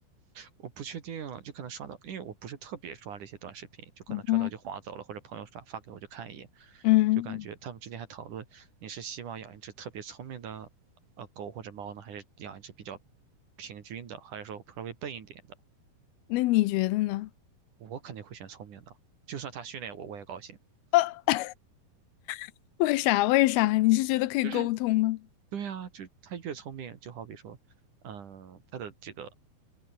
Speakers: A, on the right (about 55°); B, on the left (about 80°).
A: 我不确定，就可能刷到，因为我不是特别刷这些短视频，就可能刷到就划走了，
B: 嗯
A: 或者朋友刷发给我就看一眼，
B: 嗯，
A: 就感觉他们之间还讨论，你是希望养一只特别聪明的呃狗或者猫呢，还是养一只比较平均的，还是说稍微笨一点的？
B: 那你觉得呢？
A: 我肯定会选聪明的，就算它训练我，我也高兴。
B: 呃 <laughs>，为啥？为啥？你是觉得可以沟通吗？
A: 就是对啊，就它越聪明，就好比说，嗯，它的这个